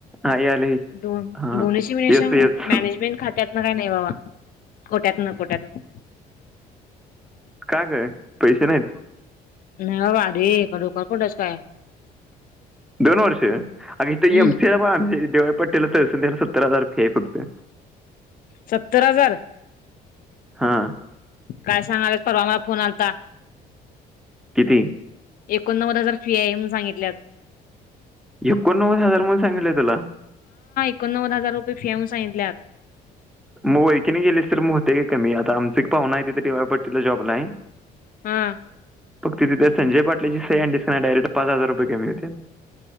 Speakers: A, in the centre; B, on the left.
A: हां यायला
B: डोन..
A: हां
B: डोनेशन बिनेशन
A: येस येस
B: मॅनेजमेंट खात्यात, मग काय नाही बाबा. कोट्यातन कोट्यातन,
A: का गं पैसे नाहीत.
B: नाही बाबा आधी, काय डोक्यावर पडला हायस काय,
A: दोन वर्ष, अगं इथ
B: हम्म
A: एमसीए <unintelligible> पटेल तस त्याला सत्तर हजार रुपये फी आहे फक्त,
B: सत्तर हजार,
A: हा,
B: काय सांगालायस परवा मला फोन आलता.
A: किती,
B: एकोणनव्वद हजार फी आहे, म्हणून सांगितल्यात.
A: एकोणनव्वद हजार म्हणून सांगितलंय तुला,
B: एकोन नव्वद हजार रुपये फी हाय म्हणून सांगितल्यात.
A: मग ओळखीन गेलीस तर मग होतंय गं कमी आता. आमचं एक पाहुना आहे डी वाय पाटीलला जॉबला हाय.
B: हा,
A: फक्त तिथं, संजय पाटलांची सही आणलीस कणी डायरेक्ट पाच हजार रुपये कमी होण्यात.